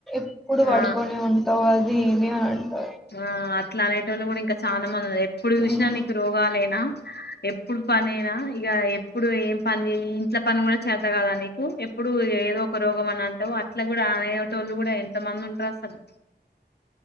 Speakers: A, in the centre; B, on the left.
A: ప్పుడు పడుకొని
B: ఆ
A: ఉంటావు అది ఇది అని అంటారు
B: ఆ అట్లా నే రోు కూడా ఇంకా చాలా మంది ఉన్నారు ఎప్పుడు చూసినా
A: ఉమ్
B: నీకు రోగాలునా ఎప్పుడు పని అయినా ఇక ఎప్పుడు ఏం పని ఇంట్ల పని కూడా చేత కదా నీకు ఎప్పుడు ఏదో ఒకరు ని అంటావు అట్లా కూడా తనేటోళ్లు కూడా ఎంతమంది ఉంటారు అసలు